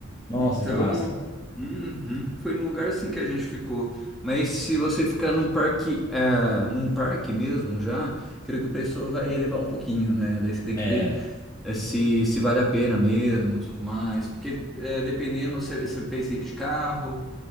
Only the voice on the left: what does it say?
Nossa,
que massa, velho.
É.